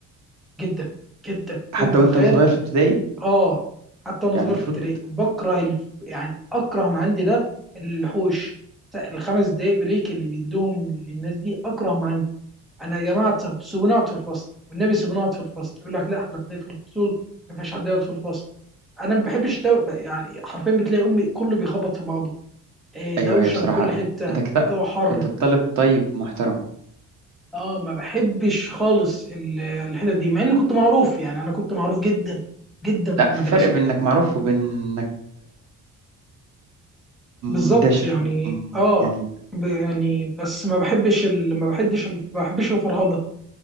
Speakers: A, in the centre; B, on the right.
A: جدا جدا
B: حتى
A: فوق ما تتخيل
B: وانت صغير في ابتدائي
A: اه حتى وانا
B: يعني
A: صغير
B: المفروض
A: في ابتدائي بكره الف... يعني اكره ما عندي ده الحوش الخمس دقايق بريك اللي بيدوهم للناس دي اكره ما عندي انا يا جماعه طب سيبوني اقعد في الفصل والنبي سيبوني اقعد في الفصل يقول لك لا احنا بنقفل الفصول ما فيش حد يقعد في الفصل انا ما بحبش دو... يعني حرفيا بتلاقي امي كله بيخبط في بعضه إيه،
B: ايوه
A: دوشه
B: هي بصراحة
A: من كل حته
B: انت كده
A: الجو حر
B: كنت طالب طيب محترم
A: اه ما بحبش خالص ال- الحتت دي مع اني كنت معروف يعني انا كنت معروف جدا جدا في
B: لا
A: المدرسه
B: في فرق بين انك معروف وبين انك
A: بالظبط
B: منتشر
A: يعني
B: م-
A: اه
B: يعني
A: ب- يعني بس ما بحبش ال... ما بحبش ال... ما بحبش الفرهده